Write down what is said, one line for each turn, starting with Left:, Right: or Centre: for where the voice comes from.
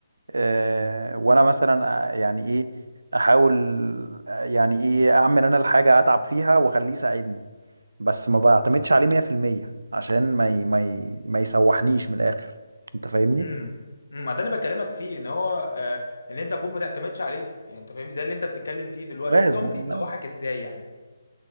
Right: أه وانا مثلا آه، يعني ايه احاول آه، يعني ايه اعمل انا الحاجه اتعب فيها واخليه يساعدني بس ما بعتمدش عليه 100% عشان ما ي... ما ي... ما يسوحنيش من الاخر انت فاهمني
Left: امم أمم، ما ده اللي بكلمك فيه ان هو آه ان انت المفروض ما تعتمدش عليه يعني انت فاهم زي اللي انت بتتكلم فيه دلوقتي
Right: لازم
Left: بس هو ممكن يدوحك
Right: لازم
Left: ازاي يعني